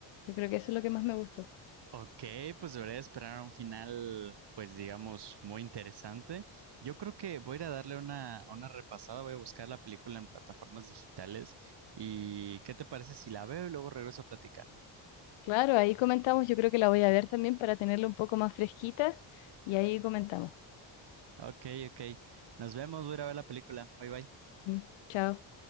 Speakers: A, on the left (about 85°); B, on the right (about 60°).
A: Yo creo que eso es lo que más me gustó.
B: Ok, pues debería esperar un final, pues digamos, muy interesante. Yo creo que voy a ir a darle una, una repasada, voy a buscar la película en plataformas digitales. ¿Y qué te parece si la veo y luego regreso a platicar?
A: Claro, ahí comentamos, yo creo que la voy a ver también para tenerla un poco más fresquita y ahí comentamos.
B: Ok, ok. Nos vemos, voy a ir a ver la película. Bye bye.
A: Mm, Chao.